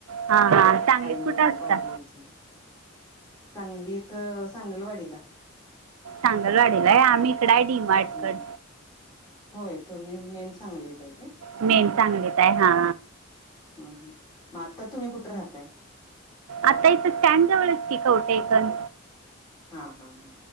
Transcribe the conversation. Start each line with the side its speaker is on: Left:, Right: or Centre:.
Right: हां हां सांगलीत
Left: आई वडील
Right: कुठं असता
Left: भाउ भाउज सांगलीत सांगलवाडीला.
Right: सांगलवाडीला आहे आम्ही इकड आहे डी मार्ट
Left: हम्म.
Right: कड.
Left: होय तुम्ही मेन सांगलीत हाय काय.
Right: मेन चांगलीत आहे हा.
Left: हा मग आता तुम्ही कुठे राहताय.
Right: आता इथं स्टँड जवळच की कवठेकण.
Left: हा हा हा.